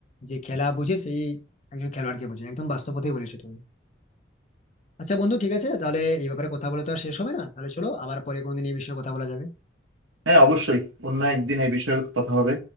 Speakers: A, on the left; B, on the right.
A: যে খেলা বুঝে সেই একজন খেলোয়াড়কে বোঝে একদম বাস্তব কথাই বলেছো তুমি আচ্ছা বন্ধু ঠিক আছে তাহলে এই ব্যাপারে কথা বলে তো আর শেষ হবে না তাহলে চলো আবার পরে কোনোদিন এই বিষয়ে কথা বলা যাবে
B: হ্যাঁ অবশ্যই অন্য একদিন এই বিষয়ে কথা হবে